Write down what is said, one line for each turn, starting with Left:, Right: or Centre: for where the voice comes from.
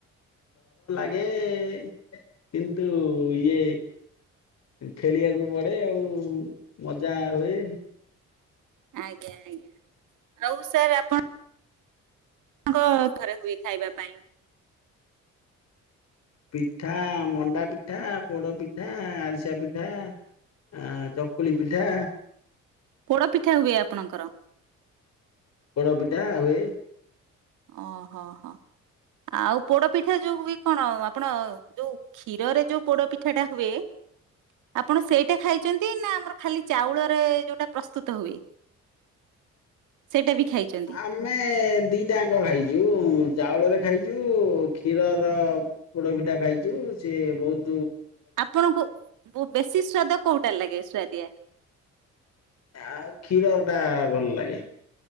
Left: <unintelligible> କିନ୍ତୁ ଇଏ ଖେଳିବାକୁ ପଡେ ଆଉ ମଜା ହୁଏ
Right: ଆଜ୍ଞା ଆଜ୍ଞା। ଆଉ ସାର୍ ଆପଣ୍ ଆଙ୍କ ଥରେ ହୁଏ ଖାଇବା ପାଇଁ
Left: ପିଠା ମଣ୍ଡା ପିଠା ପୋଡ଼ ପିଠା ଆରିସା ପିଠା ଆଁ ଚକୁଳି ପିଠା
Right: ପୋଡ ପିଠା ହୁଏ ଆପଣଙ୍କର?
Left: ପୋଡ ପିଠା ହୁଏ।
Right: ଓହୋଃ ହୋ, ଆଉ ପୋଡପିଠା ଯୋଉ ହୁଏ କଣ ଆପଣ ଯୋଉ କ୍ଷୀରରେ ଯୋଉ ପୋଡପିଠାଟା ହୁଏ ଆପଣ ସେଇଟା ଖାଇଛନ୍ତି ନା ଆମର ଖାଲି ଚାଉଳରେ ଯୋଉଟା ପ୍ରସ୍ତୁତ ହୁଏ, ସେଇଟା ବି? ଖାଇଛନ୍ତି
Left: ଆମେ ଦିଟା ଯାଙ୍କ ଖାଇ। ଯୋଉ ଚାଉଳରେ ଖାଇଛୁ କ୍ଷୀରର ପୋଡ଼ପିଠା ଖାଇଛୁ ସିଏ ବହୁତ୍
Right: ଆପଣଙ୍କୁ ବୁ ବେଶୀ ସ୍ଵାଦ। କୋଉଟା ଲାଗେ ସୁଆଦିଆ?
Left: ଆଉ କ୍ଷୀରରଟା ଭଲ ଲାଗେ।